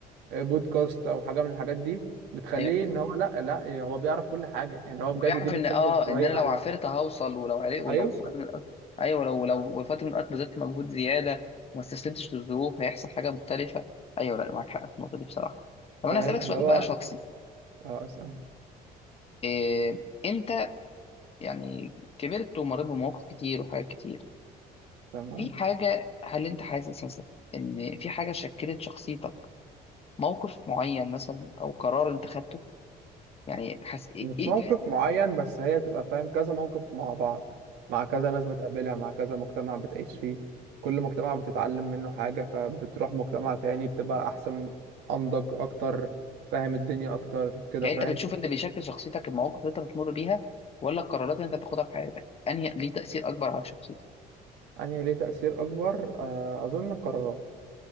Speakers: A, on the right; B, on the left.
A: بودكاست او حاجه من الحاجات دي بتخليه
B: ايوه
A: ان هو لا لا هو بيعرف كل حاجه يعني هو
B: ويعرف
A: بجد دي بتسهل
B: ان اه
A: شويه
B: ان انا لو
A: عليه
B: عافرت هوصل ولو عرق ولو
A: هيوصل
B: في وقت من الأوقات- ايوه لو لو في وقت من الاوقات بذلت مجهود زياده وما استسلمتش للظروف هيحصل حاجه مختلفه ايوه لا معاك حق في النقطه دي بصراحه طب انا
A: فاهم
B: اسالك سؤال
A: اللي هو
B: بقى شخصي
A: آه، اسال
B: إيه انت يعني كبرت ومريت بمواقف كتير وحاجات كتير
A: تمام
B: في حاجه هل انت حاسس مثلا ان في حاجه شكلت شخصيتك موقف معين مثلا او قرار انت خدته يعني حس ايه
A: مش
B: ايه
A: موقف معين بس هي بتبقى فاهم كذا موقف مع بعض مع كذا ناس بتقابلها مع كذا مجتمع بتعيش فيه كل مجتمع بتتعلم منه حاجه فبتروح مجتمع تاني بتبقى احسن انضج اكتر فاهم الدنيا اكتر كده
B: يعني
A: فاهم
B: انت بتشوف اللي بيشكل شخصيتك المواقف اللي انت بتمر بيها ولا القرارات اللي انت بتاخدها في حياتك انهي ليه تأثير اكبر على شخصيتك
A: يعني ليه تأثير اكبر آه، اظن القرارات